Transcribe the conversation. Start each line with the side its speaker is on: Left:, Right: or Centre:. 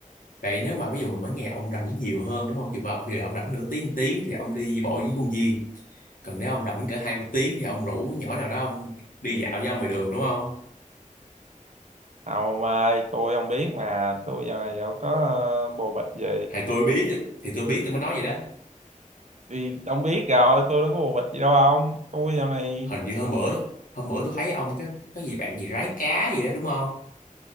Left: vậy nếu mà ví dụ mình mới nghe ông rảnh nhiều hơn đúng không? Dù vào giờ ông rảnh nửa tiếng tiếng thì ông đi bộ với công viên. Còn
Right: Ừ.
Left: nếu ông rảnh cỡ hai tiếng thì ông rủ nhỏ nào đó ông đi dạo với ông ngoài đường đúng không?
Right: Không ông ơi, tôi không biết mà tôi giờ này đâu có ờ, bồ bịch gì
Left: Thì tôi biết thì tôi biết tôi mới nói vậy đó.
Right: vì ông biết rồi tôi đâu có bồ bịch gì đâu ông tôi giờ này
Left: Hình như hôm bữa hôm bữa tôi thấy ông cái cái gì bạn gì rái cá gì đó đúng không?